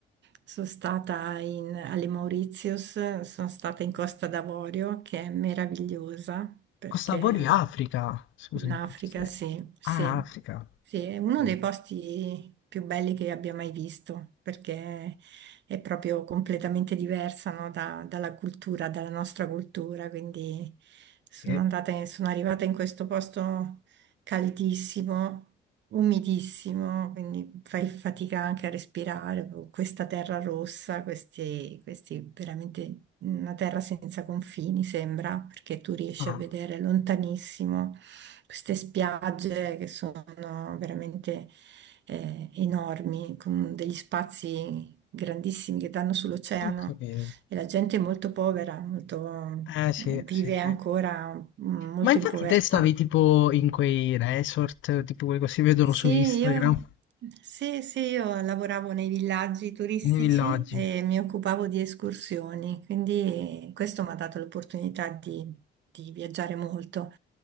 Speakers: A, on the right; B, on the left.
A: sono stata in- alle Mauritius, sono stata in Costa d'Avorio che è meravigliosa perché
B: Costa d'Avorio, è Africa. Scusami.
A: in Africa,
B: sì.
A: sì, sì,
B: Ah, Africa.
A: sì, è uno
B: Sì.
A: dei posti più belli che abbia mai visto, perché è proprio completamente diversa, no, da- dalla cultura, dalla nostra cultura, quindi sono
B: Sì.
A: andata, in- sono arrivata in questo posto caldissimo, umidissimo, quindi fai fatica anche a respirare con questa terra rossa, questi, questi veramente una terra senza confini sembra, perché tu riesci
B: Ah,
A: a vedere lontanissimo queste spiagge che sono veramente eh, enormi, con degli spazi grandissimi che danno sull'oceano
B: ho capito.
A: e la gente è molto povera, molto,
B: Eh, sì,
A: vive
B: sì,
A: ancora
B: sì.
A: mm, molto
B: Ma infatti
A: in povertà.
B: te stavi tipo in quei resort, tipo quelli che si vedono
A: Sì,
B: su Instagram,
A: io, sì, sì, io lavoravo nei villaggi turistici
B: nei villaggi.
A: e mi occupavo di escursioni, quindi questo mi ha dato l'opportunità di, di viaggiare molto